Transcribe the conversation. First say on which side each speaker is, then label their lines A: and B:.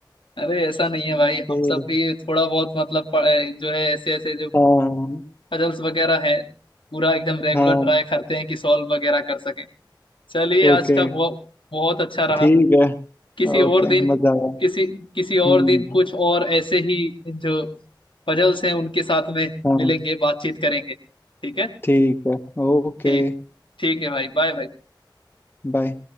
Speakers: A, on the left; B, on the left.
A: अरे ऐसा नहीं है भाई
B: ठीक
A: हम सब
B: है
A: भी थोड़ा बहुत मतलब पढ़- जो है ऐसे ऐसे जो
B: हाँ
A: पजल्स वगैरह है पूरा एकदम रेगुलर
B: हाँ
A: ट्राई करते हैं कि सॉल्व वगैरह कर सकें चलिए
B: ओके
A: आज का बहुत बहुत अच्छा रहा
B: ठीक है
A: किसी और
B: ओके
A: दिन
B: मजा आया
A: किसी किसी और
B: हम्म
A: दिन कुछ और ऐसे ही जो पजल्स हैं उनके साथ में
B: हाँ
A: मिलेंगे बातचीत करेंगे ठीक है
B: ठीक है ओके
A: ठीक ठीक है भाई बाय भाई
B: बाय